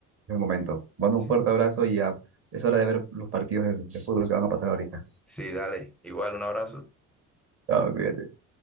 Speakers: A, on the right (about 30°); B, in the centre.
A: es el momento. Mando
B: Sí.
A: un fuerte abrazo y ya es hora de ver los partidos de, de fútbol que van a pasar ahorita.
B: sí, dale. Igual, un abrazo.
A: Chao, cuídate.